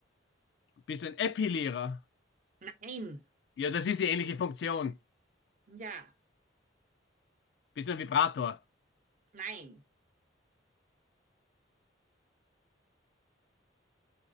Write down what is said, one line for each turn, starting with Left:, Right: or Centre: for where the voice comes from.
Left: Bist du ein Epilierer?
Right: Nein.
Left: Ja, das ist die ähnliche Funktion.
Right: Ja.
Left: Bist du ein Vibrator?
Right: Nein.